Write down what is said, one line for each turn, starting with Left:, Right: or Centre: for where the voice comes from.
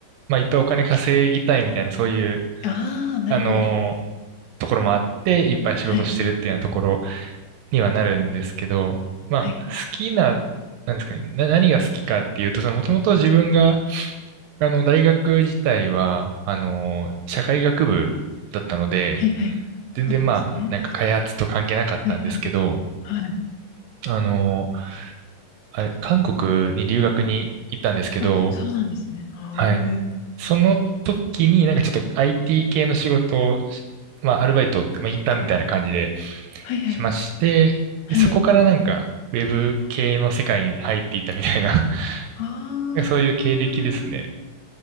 Right: まあ、いっぱいお金稼ぎたいみたいな、そういう、
Left: ああ、なるほど。
Right: あのーところもあって、いっぱい仕事してるっていうようなところ
Left: はい。
Right: にはなるんですけど、まあ、
Left: はい。
Right: 好きな、なんですかね、な、何が好きかっていうと、その、もともと自分が、あの、大学自体は、あのー社会学部だったので、
Left: はいはい。
Right: 全然まあ、
Left: そうなんですね。
Right: なんか開発と関係なかったんですけど、
Left: はいはい。はい。
Right: あのあれ韓国に留学に行ったんですけど、
Left: あ、そうなんですね。はーい
Right: はい。その時になんかちょっと IT 系の仕事を、まあアルバイトって、まあインターンみたいな感じで
Left: はいはいはい
Right: しまして、で、
Left: はい。
Right: そこからなんかウェブ系の世界に入っていったみたいな
Left: はい。ああ。
Right: <laughs> なんかそういう経歴ですね。